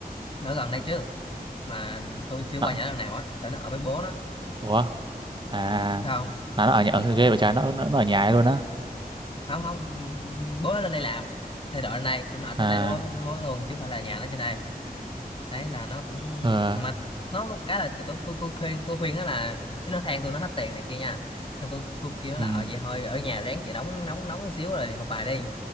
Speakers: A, on the left; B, on the right.
A: nó ở gần đây chứ mà tôi chưa
B: nó,
A: qua nhà nó lần nào á tại nó ở với bố nó
B: ủa à
A: sao không
B: là nó ở nhà ở
A: ừ.
B: ghê vậy trời nó nó, nó ở nhà ấy luôn á
A: không không bố nó lên đây làm thay đổi lên đây xong nó ở trên
B: à
A: đây với bố, với bố nó luôn chứ không phải là nhà nó trên đây đấy là nó cũng
B: ờ
A: mà nó một cái là cái- tôi tôi tôi khuyên tôi khuyên đó là cái lô than tôi nó hết tiền này kia nha xong tôi tôi kêu nó
B: ừ
A: là ờ vậy thôi ở nhà ráng chịu đóng nóng nóng một xíu rồi học bài đi